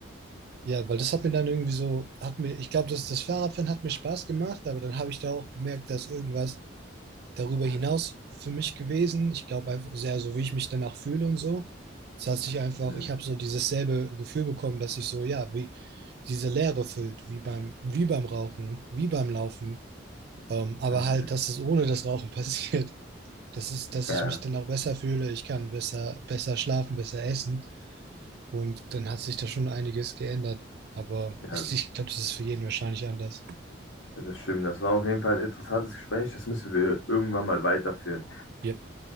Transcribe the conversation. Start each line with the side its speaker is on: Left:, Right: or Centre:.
Right: ja, weil das hat mir dann irgendwie so, hat mir, ich glaube, das, das Fahrradfahren hat mir Spaß gemacht, aber dann habe ich da auch bemerkt, dass irgendwas darüber hinaus für mich gewesen. Ich glaube einfach sehr, so wie ich mich danach fühle und so. Es hat sich einfach,
Left: mhm,
Right: ich habe so dieses selbe Gefühl bekommen, dass ich so, ja, wie diese Leere füllt, wie beim, wie beim Rauchen, wie beim Laufen. Ähm, aber
Left: mhm.
Right: halt, dass es ohne das Rauchen <laughs> passiert das ist, dass
Left: Ja,
Right: ich mich danach besser fühle, ich kann besser, besser schlafen, besser essen. Und dann hat sich da schon einiges geändert. Aber
Left: ja,
Right: ich, ich glaube, das ist für jeden wahrscheinlich anders.
Left: das stimmt. Das war auf jeden Fall ein interessantes Gespräch. Das müssen wir irgendwann mal weiterführen.
Right: Wie,